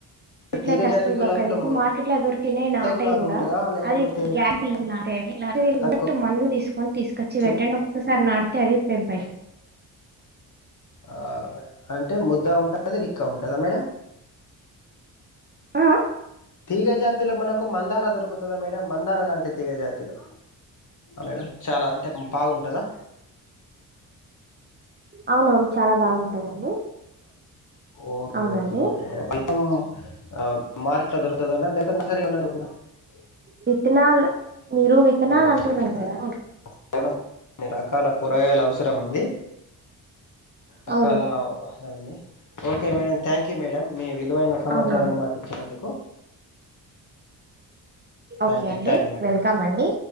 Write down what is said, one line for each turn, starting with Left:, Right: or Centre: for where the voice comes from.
Right: మార్కెట్
Left: తీగ
Right: లో అయితే అసలు
Left: జాతి గులాబీలో
Right: దొరకాయి మీకు మార్కెట్ లో దొరికనే
Left: ముద్ద
Right: నాటయి
Left: గులాబీ
Right: కూడా
Left: ఉంటుందా లేకపోతే
Right: అది గారంటీ నాట వి
Left: తక్కువ
Right: మందు తీసు కొని తీసుకొచ్చి
Left: చిన్-
Right: పెట్టండి ఒక్కసారి నాటితే అవే పెంపు అయితయి
Left: ఆ అంటే ముద్ద ఉంటది రిక్క ఉంటదా మేడం
Right: అ ఆ
Left: తీగ జాతిలో మనకు మందార దొరుకుతదా మేడం మందార లాంటి తీగ జాతులు మేడం చాలా అంటే బాగుంటదా
Right: అవునవును చాలా బాగుంటదండి
Left: ఓకేఓకేఓకే
Right: అవునండి
Left: మేడం మొత్తం ఆ మార్కెట్ల దొరుకుతదా మేడం సరే ఉన్న దుకుద <unintelligible>
Right: విత్తనాలు మీరు విత్తనాలు
Left: ఓకే
Right: అంటున్నారు
Left: ఓకే మేడం
Right: కదా
Left: కొన్ని రకాల కూరగాయల అవసరం ఉంది రకాల
Right: అవును
Left: ఉంది okay madam thank you madam మీ విలువైన సమాచారాన్ని
Right: అవునవును
Left: మాకు ఇచ్చినందుకు
Right: ఓకే
Left: థ్యాంక్ యూ
Right: అండి
Left: థ్యాంక్ యూ మేడం
Right: వెల్కమ్ అండి